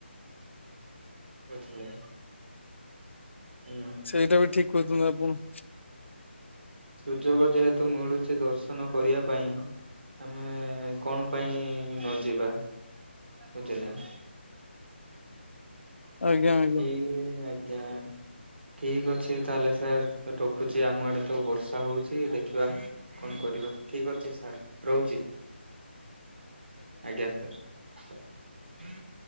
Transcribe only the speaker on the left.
ସେଇଟା ବି ଠିକ କହୁଛନ୍ତି ଆପଣ।
ଆଜ୍ଞା ଆଜ୍ଞା